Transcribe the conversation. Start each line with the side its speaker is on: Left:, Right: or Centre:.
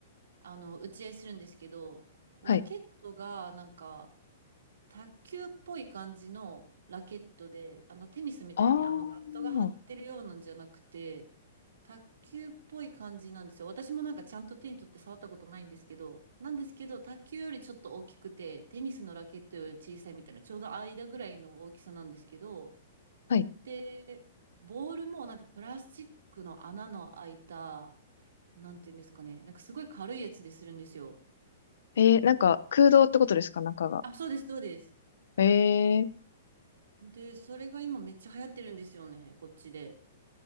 Right: あの、打ち合いするんですけど、ラケットがなんか、
Left: はい。
Right: 卓球っぽい感じのラケットで、あのテニスみたいにあのガットが張ってるようなんじゃなくて、
Left: あー、
Right: 卓球っぽい感じなんですよ。私もなんかちゃんと手に取って触ったことないんですけど、なんですけど、卓球よりちょっと大きくて、テニスのラケットより小さいみたいな、ちょうど間ぐらいの大きさなんですけど、
Left: はい。
Right: で、ボールもなんかプラスチックの穴の開いた、なんていうんですかね、なんかすごい軽いやつでするんですよ。
Left: えー、なんか空洞ってことですか中が。
Right: あ、そうです、そうです。
Left: えー、
Right: で、それが今めっちゃ流行ってるんですよね、こっちで。